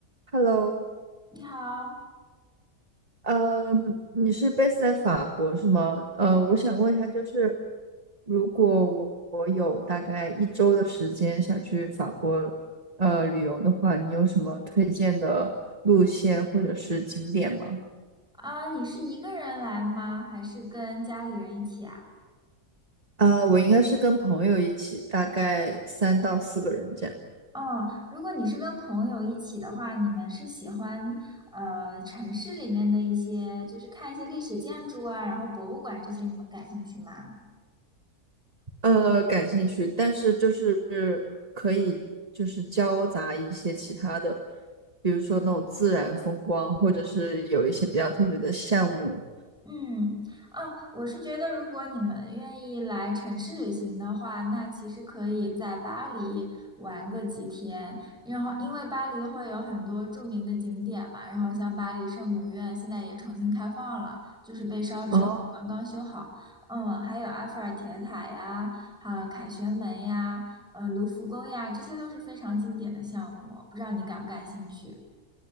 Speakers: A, on the right; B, in the centre.
A: Hello，
B: 你好，
A: 呃，你是 base 在法国是吗？呃，
B: 是的，
A: 我想问一下，
B: 是的
A: 就是如果我我有大概一周的时间想去法国呃旅游的话，你有什么推荐的路线或者是景点吗？
B: 啊，你是一个人来吗？还是跟家里人一起啊？
A: 啊、我应该是跟朋友一起，大概三到四个人这样。
B: 哦，如果你是跟朋友一起的话，你们是喜欢呃城市里面的一些，就是看一些历史建筑啊，然后博物馆这些，你们感兴趣吗？
A: 呃，感兴趣，但是就是可以就是交杂一些其他的，比如说那种自然风光，或者是有一些比较特别的项目，
B: 嗯，啊，我是觉得，如果你们愿意来城市旅行的话，那其实可以在巴黎玩个几天，然后因为巴黎会有很多著名的景点嘛，然后像巴黎圣母院现在也重新开放了，就是被烧之后刚刚修好，
A: 哦，
B: 嗯，还有埃菲尔铁塔呀，还有凯旋门呀，呃，卢浮宫呀，这些都是非常经典的项目，不知道你感不感兴趣？